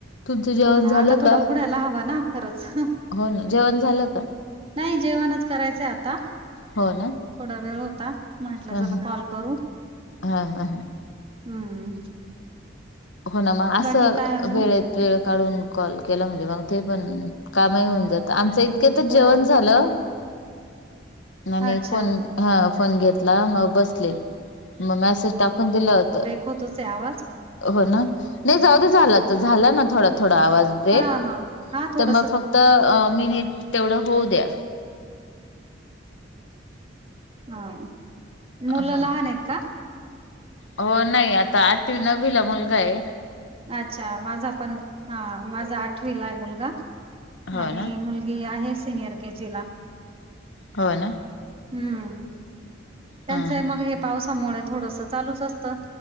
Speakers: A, on the left; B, on the right.
A: तुमचं जेवण
B: हो ना
A: झालं
B: आ
A: का
B: थोडा उघडायला हवा ना खरंच.
A: हो ना जेवण झालं का?
B: नाही जेवणच करायचं आ ता
A: हो ना
B: थोडा वेळ होता म्हटलं
A: ह
B: चला कॉल करू.
A: हा हा हा
B: हम्म
A: हो ना मग असं
B: बाकी काय अजून
A: वेळेत वेळ काढून कॉल केला म्हणजे मग ते पण कामही होऊन जातं आमचही इतक्यातच
B: हो
A: जेवण झालं आणि
B: अच्छा
A: फोन हा फोन घेतला मग बसले मग मॅसेज टाकून दिल होतं.
B: खोतोचं आहे आवाज?
A: हो ना नाही जाऊदे झाला तर झाला ना थोडा थोडा आवाज ब्रेक
B: हा हा हा थोडस
A: तर मग फक्त तर मिनिट तेवढं होऊ द्या.
B: हा मुलं
A: हा
B: लहान आहेत का
A: हो नाही आता आठवी नवीला मुलगा हाय.
B: अच्छा माझा पण. हा माझा आठवीला आहे मुलगा आणि
A: हो ना
B: मुलगी आहे सिनियर के जी ला.
A: हो ना.
B: हम्म त्यांचं
A: ह ह
B: मग हे पावसामुळे थोडस चालूच असतं.